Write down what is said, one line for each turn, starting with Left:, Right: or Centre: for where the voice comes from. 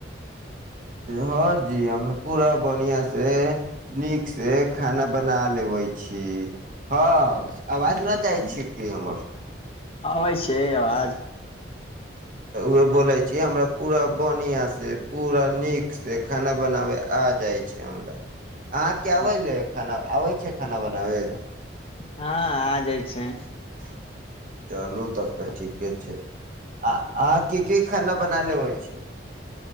Right: हँ जी हमरा पूरा बनियां से से नीक से खाना
Left: हेलो
Right: बना लेबय छी हँ आवाज न जाहइ छिय कि हमर
Left: अबै छै के आवाज
Right: तऽ उह बोलै छी हमरा पूरा बढ़िआँसँ पूरा नीकसँ खाना बनाबै आ जाइ छै हमरा आहा के अबै
Left: हँ
Right: ले खाना आबैछै खाना बनाबै
Left: हँ आ जाइ छै
Right: <inaudible> छै आ अहाँ की की खाना बना लेबै छी